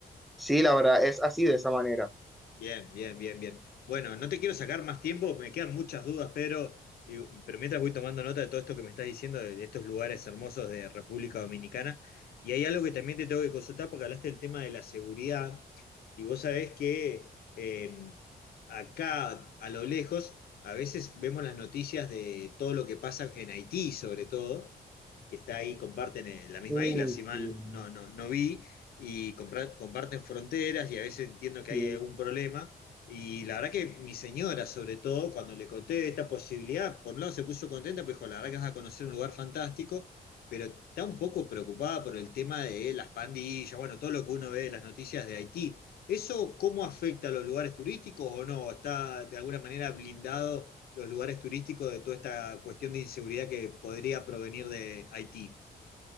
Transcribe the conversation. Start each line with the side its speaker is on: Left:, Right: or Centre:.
Centre: Sí, la verdad es así de esa manera.
Left: Bien, bien, bien, bien. Bueno, no te quiero sacar más tiempo, me quedan muchas dudas, Pedro, y- pero mientras voy tomando nota de todo esto que me estás diciendo, de estos lugares hermosos de República Dominicana, y hay algo que también te tengo que consultar porque hablaste del tema de la seguridad, y vos sabés que eh, acá a lo lejos a veces vemos las noticias de todo lo que pasa en Haití, sobre todo, que está ahí, comparten eh, la misma
Centre: uy,
Left: isla, si mal
Centre: sí,
Left: no, no, no vi y compra- comparten fronteras y a veces entiendo que
Centre: sí,
Left: hay algún problema. Y la verdad que mi señora, sobre todo, cuando le conté esta posibilidad, por un lado se puso contenta, pues dijo, la verdad que vas a conocer un lugar fantástico, pero está un poco preocupada por el tema de las pandillas, bueno, todo lo que uno ve en las noticias de Haití. ¿Eso cómo afecta a los lugares turísticos o no? ¿Está de alguna manera blindado los lugares turísticos de toda esta cuestión de inseguridad que podría provenir de Haití?